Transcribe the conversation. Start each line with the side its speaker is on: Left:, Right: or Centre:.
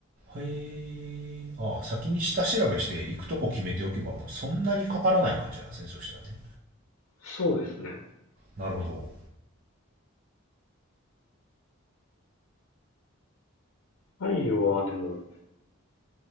Right: へえああ先に下調べして行くとこ決めておけばもうそんなにかからない感じなんですねそしたらね
Left: そうですね。
Right: なるほど
Left: タイはでも